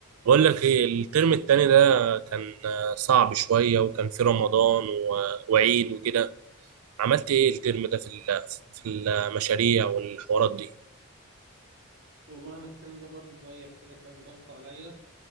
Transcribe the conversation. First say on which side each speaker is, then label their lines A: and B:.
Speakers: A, on the right; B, on the right.
A: بقول لك ايه الترم التاني ده كان آه، صعب شوية وكان في رمضان و- وعيد وكده عملت ايه الترم ده في ال- في المشاريع والحوارات دي
B: والله أنا الترم ده برضه زيك كده كان ضغط عليا